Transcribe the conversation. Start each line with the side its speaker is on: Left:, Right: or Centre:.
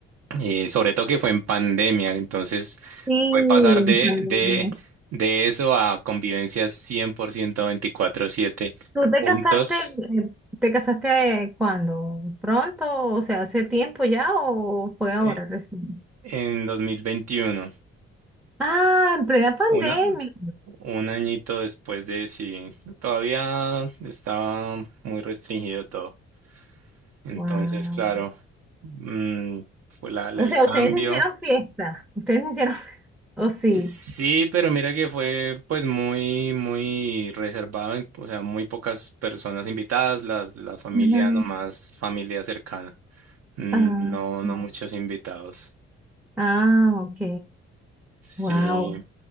Right: eh, sobre todo que fue en pandemia, entonces
Centre: Sí,
Right: fue pasar de,
Centre: Salena.
Right: de, de eso a convivencia cien por ciento veinticuatro siete
Centre: ¿Tú te
Right: juntos.
Centre: casaste, eh, te casaste eh, cuándo? ¿Pronto? O sea, ¿hace tiempo ya o fue
Right: eh,
Centre: ahora recién?
Right: en 2021,
Centre: Ah, en plena pandemia.
Right: una, un añito después de sí, todavía estaba muy restringido todo. Entonces,
Centre: Wow.
Right: claro, mm, fue la, la-
Centre: O
Right: el
Centre: sea,
Right: cambio.
Centre: ustedes no hicieron fiesta. Ustedes no hicieron. <laughs> ¿O sí?
Right: Eh, Sí, pero mira que fue pues muy, muy reservado, en- o sea, muy pocas personas invitadas, las, la familia
Centre: Ajá.
Right: nomás, familia cercana. Mm,
Centre: Ah,
Right: No, no
Centre: ah,
Right: muchos invitados.
Centre: ah, ok.
Right: Sí,
Centre: Wow.